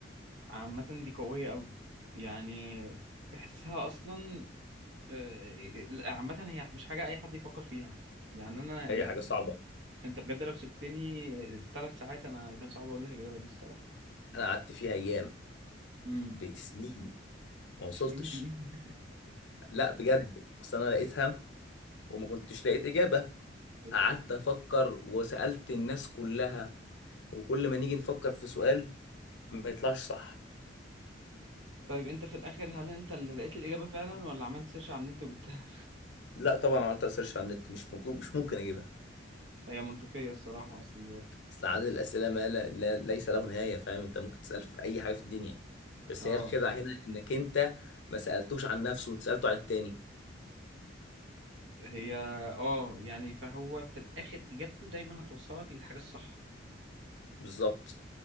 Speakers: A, on the right; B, on the left.
A: عامة دي قوية قوي يعني تحسها اصلا آه، عامة هي مش حاجة أي حد يفكر فيها يعني أنا
B: هي
A: أنت
B: حاجه صعبه
A: أنت بجد لو سبتني ثلاث ساعات أنا كان صعب أقول لك الإجابة دي الصراحة
B: انا قعدت فيها ايام
A: امم
B: بسنين ما وصلتش
A: <laughs>
B: لا بجد اصل انا لقيتها وما كنتش لقيت اجابه
A: أوكي.
B: قعدت افكر وسألت الناس كلها وكل ما نيجي نفكر في سؤال ما يطلعش صح
A: طيب أنت في الآخر هل أنت اللي لقيت الإجابة فعلا ولا عملت سيرش على النت وجبتها؟
B: لا طبعا عملت سيرش على النت مش موجود مش ممكن اجيبها
A: <laughs> هي منطقية الصراحة أصل
B: اصل عدد الاسئله ما لا لا ليس له نهايه فاهم انت ممكن تسال في اي حاجه في الدنيا بس
A: أه
B: هي الخدعه هنا انك انت ما سالتوش عن نفسه انت سالته عن التاني
A: هي أه يعني فهو في الآخر إجابته دايما هتوصلك للحاجة الصح
B: بالظبط